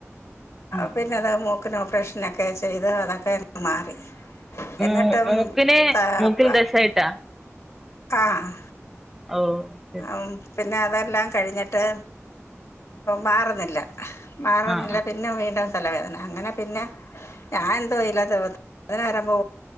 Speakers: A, in the centre; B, on the left.
A: ഉം ഉം
B: പിന്നെ
A: ഉം.
B: അത് മൂക്കിന് ഓപ്പറേഷനൊക്കെ ചെയ്ത് അതൊക്കെ മാറി
A: മൂ
B: എന്നിട്ടും
A: മൂക്കിന്
B: താ
A: മൂക്കിൽ
B: പാ
A: ദശായിട്ടാ
B: ആഹ്
A: ഓ ശരി
B: ഉം പിന്നെ അതെല്ലാം കഴിഞ്ഞിട്ട് മാറുന്നില്ല മാറുന്നില്ല
A: ആഹ് ആഹ്
B: പിന്നെ വീണ്ടും തലവേദന അങ്ങനെ പിന്നെ ഞാൻ എന്തോ വല്ലാത്ത വേദന വരുമ്പോ